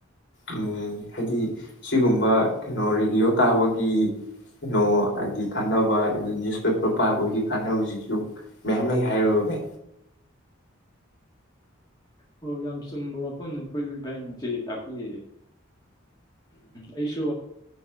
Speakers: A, on the left; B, on the left.
A: ꯎꯝ ꯍꯥꯏꯗꯤ ꯁꯤꯒꯨꯝꯕ ꯀꯩꯅꯣ ꯔꯦꯗꯤꯑꯣ ꯇꯥꯕꯒꯤ ꯀꯩꯅꯣ ꯍꯥꯏꯗꯤ ꯀꯥꯟꯅꯕ ꯅ꯭ꯌꯨꯁꯄꯦꯄꯔ ꯄꯥꯕꯒꯤ ꯀꯥꯟꯅꯕꯁꯤꯁꯨ ꯃꯌꯥꯝ ꯂꯩ ꯍꯥꯏꯔꯔꯣꯏꯒꯦ
B: ꯍꯣ ꯌꯥꯝ ꯆꯨꯝꯕ ꯋꯥꯐꯝꯅꯤ ꯑꯩꯈꯣꯏ ꯚꯥꯏꯅꯤꯁꯤ ꯇꯥꯛꯄꯤꯔꯤꯁꯤ ꯑꯩꯁꯨ